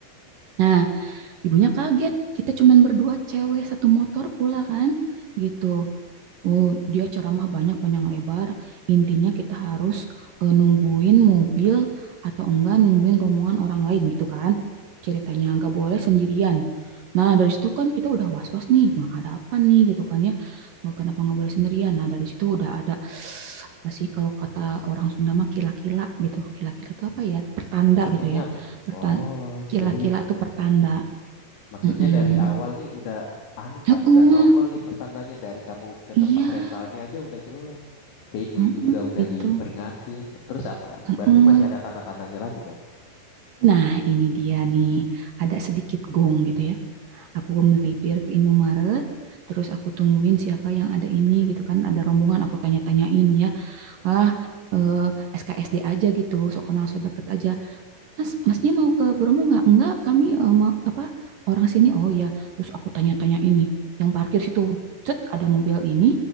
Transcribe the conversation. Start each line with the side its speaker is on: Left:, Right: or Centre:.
Right: Nah, ibunya kaget. Kita cuman berdua cewek satu motor pula kan. Gitu. Oh, dia ceramah banyak panjang lebar. Intinya kita harus eh, nungguin mobil atau enggak nungguin rombongan orang lain gitu kan. Ceritanya enggak boleh sendirian. Nah, dari situ kan kita udah was-was nih. Nah, ada apa nih gitu kan ya. Nggak- Kenapa nggak boleh sendirian? Nah, dari situ udah ada <sighs> apa sih kalau kata orang Sunda mah kila-kila gitu. Kila-kila itu apa ya? Pertanda
Left: Artinya
Right: gitu ya.
Left: apa tuh?
Right: Pertan
Left: Oh,
Right: kila-kila
Left: jadi
Right: itu pertanda.
Left: maksudnya
Right: Mm-mm.
Left: dari awal nih udah anu
Right: Heeh,
Left: kan, udah nongol nih pertandanya dari kamu ke
Right: iya,
Left: tempat rentalnya aja udah jelek. Ke ibu-ibu
Right: heeh,
Left: juga udah
Right: gitu.
Left: diperingatin. Terus apa lagi?
Right: Heeh.
Left: Berarti masih ada tanda-tandanya lagi dong.
Right: Nah, ini dia nih, ada sedikit gong gitu ya. Aku melipir ke Indomaret, terus aku tungguin siapa yang ada ini gitu kan. Ada rombongan, aku tanya-tanyain ya. Ah, eh, SKSD aja gitu, sok kenal sok deket aja. Mas, masnya mau ke Bromo nggak? Enggak, kami eh, ma- apa orang sini. Oh ya, terus aku tanya-tanya ini. Yang parkir situ, cet, ada mobil ini,